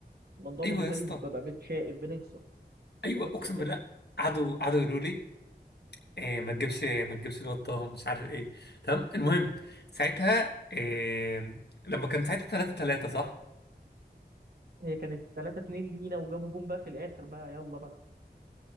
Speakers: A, on the right; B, on the left.
A: الموضوع
B: ايوه
A: بالنسبة
B: يا اسطى
A: لي ببقى بتشائم بنخسر
B: ايوه
A: بنخسر
B: اقسم
A: دايما
B: بالله قعدوا قعدوا يقولوا لي إيه ما تجيبش ما تجيبش الواد طه مش عارف ايه تمام المهم ساعتها إيه لما كان ساعتها 3 3 صح
A: هي كانت 3 2 لينا وجابوا جون بقى في الاخر بقى يلا بقى